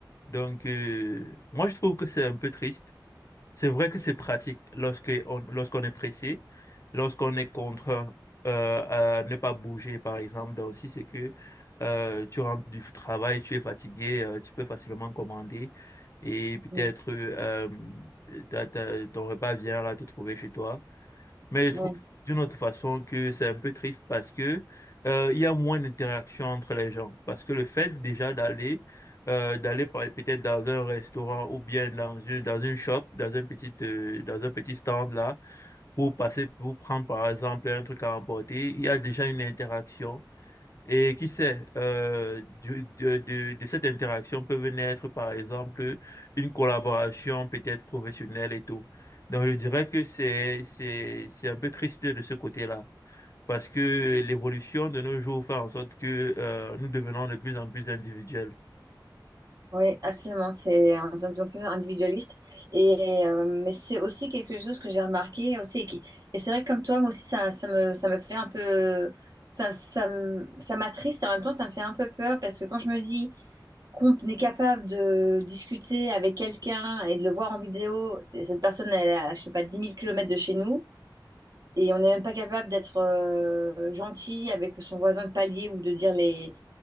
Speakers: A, on the left; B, on the right.
A: Donc, euh, moi, je trouve que c'est un peu triste. C'est vrai que c'est pratique lorsque on, lorsqu'on est pressé, lorsqu'on est contraint euh, à ne pas bouger, par exemple. Donc, si c'est que euh, tu rentres du travail, tu es fatigué, euh, tu peux facilement commander et peut-être
B: Mm,
A: euh, t'as- t'as- ton repas vient là te trouver chez toi. Mais je
B: ouais.
A: trouve d'une autre façon que c'est un peu triste parce que euh, il y a moins d'interaction entre les gens. Parce que le fait déjà d'aller euh, d'aller par- peut-être dans un restaurant ou bien dans une dans une shop, dans un petit euh, dans un petit stand là pour passer pour prendre par exemple un truc à emporter, il y a déjà une interaction. Et qui sait, euh, du- de, de, de cette interaction peuvent naître, par exemple, une collaboration peut-être professionnelle et tout. Donc, je dirais que c'est, c'est, c'est un peu triste de ce côté-là, parce que l'évolution de nos jours fait en sorte que euh, nous devenons de plus en plus individuels.
B: Oui, absolument. C'est un- de plus en plus individualiste. Et, euh, mais c'est aussi quelque chose que j'ai remarqué aussi. Et, qui- et c'est vrai que comme toi, moi aussi, ça, ça me, ça me fait un peu... Ça, ça, me- ça m'attriste et en même temps, ça me fait un peu peur parce que quand je me dis qu'on est capable de discuter avec quelqu'un et de le voir en vidéo, c'est- cette personne, elle est à, je sais pas, dix mille kilomètres de chez nous et on n'est même pas capable d'être euh, gentil avec son voisin de palier ou de dire les,